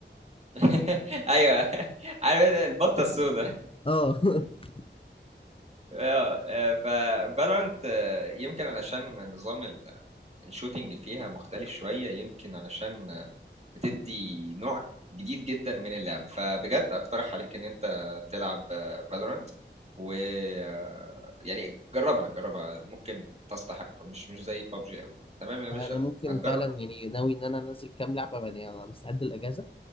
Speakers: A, on the right (about 35°); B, on the left (about 30°).
A: <laughs> ايوه <laughs> عارف البطه السوداء <laughs>
B: اه <laughs>
A: اه آه، ففالورنت آه، يمكن علشان نظام ال- الشوتينج فيها مختلف شويه يمكن علشان آه، بتدي نوع جديد جدا من اللعب فبجد اقترح عليك ان انت تلعب فالورنت و آه، يعني جربها جربها ممكن تستحق مش مش زي بابجي قوي تمام يا باشا
B: انا ممكن
A: هتجرب
B: فعلا يعني ناوي ان انا انزل كام لعبه يعني انا مستعد الاجازه